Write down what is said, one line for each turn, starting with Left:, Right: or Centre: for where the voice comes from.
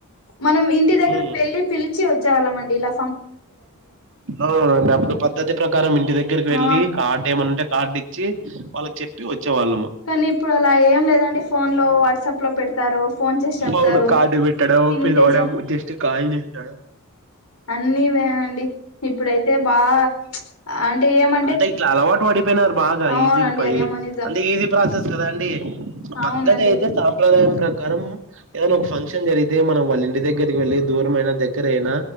Left: మనం ఇం
Right: ఊ
Left: టె పిలిచి వచ్చేవళ మండిలా
Right: అవునండి అప్పుడు పద్ధతి ప్రకారం ఇంటి దగ్గరికి వెళ్ళి
Left: ఆ
Right: కార్డు ఏమనుంటే కార్డు వచ్చి వాళ్ళకి చెప్పి వచ్చేవాళ్ళము
Left: కానీ ఇప్పుడు అలా ఏం లేదండి ఫోన్ లో వాట్సాప్ లో పెడతారు ఫోన్ చేసి చెప్తారు
Right: అవును కార్డు పెట్టడం
Left: ఇన్విటేషన్
Right: పిలవడం జస్ట్ కాల్ చేసడం
Left: అన్నీ వేనండి ఇప్పుడైతే బాగ ప్చ్ అంటే ఏమ
Right: అంతా ఇట్లా అలవాటు పడిపోయినారు బాగా
Left: అవునండి
Right: ఈజీ పయి
Left: అదేమో నిజం
Right: అంటే ఈజీ ప్రాసెస్ కదా అండి
Left: అవునండి
Right: పద్ధతి అయితే సాంప్రదాయం ప్రకారం ఏదనీ ఒక ఫంక్షన్ జరిగితే మనం వాళ్ళ ఇంటి దగ్గరికి వెళ్ళి దూరం అయినా దగ్గర అయినా